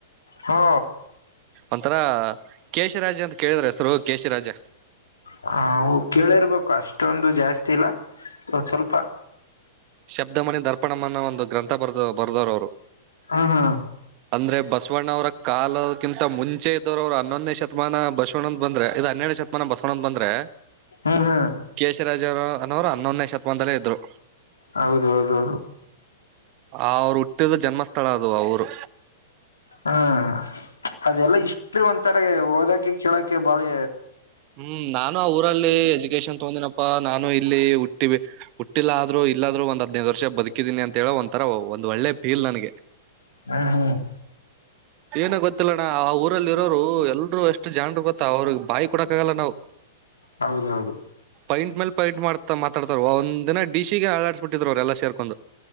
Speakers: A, on the left; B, on the right.
A: ಹಾ
B: ಒಂಥರ ಕೇಶರಾಜ್ ಅಂ ಕೇಳಿದ್ರ ಹೆಸರು ಕೇಶಿರಾಜ.
A: ಹ ಅವು ಕೇಳಿರ್ಬೇಕು ಅಷ್ಟೊಂದು ಜಾಸ್ತಿ ಇಲ್ಲ ಒನ್ ಸ್ವಲ್ಪ.
B: ಶಬ್ದಮಣಿ ದರ್ಪಣಂ ಅನ ಒಂದು ಗ್ರಂಥ ಬರ್ದ ಬರದವರ ಅವರು.
A: ಹಾ ಹಾ
B: ಅಂದ್ರೆ ಬಸವಣ್ಣವರ ಕಾಲ. ಕಿಂತ ಮುಚೆ ಇದವರು್ರು ಹನ್ನೊಂದೇ ಶತಮಾನ ಬಸವಣಂದಂತ ಬಂದ್ರೆ ಇದು ಹನ್ನೆರಡು ಶತಮಾನ ಬಸವಣ ಅಂತ ಬಂದ್ರೆ.
A: ಹ್ಮ್ ಹ್ಮ್
B: ಕೇಶರಾಜನವ್ರು ಹನ್ನೊಂದನೇ ಶತಮಾನದಲ್ಲೇ ಇದ್ರು.
A: ಹೌದೌದು
B: ಆ ಅವ್ರು ಹುಟ್ಟಿದ ಜನ್ಮಸ್ಥಳ ಅದು ಅವರು.
A: ಹ್ಮ್ ಅದೆಲ್ಲಾ ಇಷ್ಟ ಒಂತಾರೆ ಓದಕಿ ಕೇಳಕ ಬಾಳಿ.
B: ಹ್ಮ್ ನಾನು ಆ ಊರಲ್ಲಿ ಎಜುಕೇಶನ್ ತಗೊಂಡನಪ್ಪಾ ನಾನು ಇಲ್ಲಿ ಹುಟ್ಟಿವಿ. ಹುಟ್ಟಿಲ್ಲ ಆದ್ರು ಇಲ್ಲಾದ್ರರು ಒಂದ್ ಹದ್ನೈದು ವರ್ಷ ಬದುಕಿದೀನಿ ಅಂತ ಹೇಳ ಒಂಥರ ಒಂದ್ ಒಳ್ಳೆ ಫೀಲ್ ನನಗೆ.
A: ಹ್ಮ ಹ್ಮ್.
B: ಏನ ಗೊತ್ತಿಲ್ಲಣ್ಣ ಆ ಊರಲ್ಲಿ ಇರೋರು ಎಲ್ರು ಎಷ್ಟು ಗೊತ್ತ ಅವ್ರಿಗೆ ಬಾಯಿ ಕೊಡಕ್ ಆಗಲ್ಲ ನಾವು
A: ಹೌದೌದು.
B: ಪೈಂಟ್ ಮೇಲೆ ಪೈಂಟ್ ಮಾಡ್ತಾ ಮಾತಾಡ್ತಾರ ಒಂದ ದಿನ ಡಿ--ಗೆ ಅಳಾಡಿಸಸ್ಬಿಟ್ಟಿದ್ರು ಅವ್ರೆಲ್ಲ ಸೇರ್ಕೊಂಡು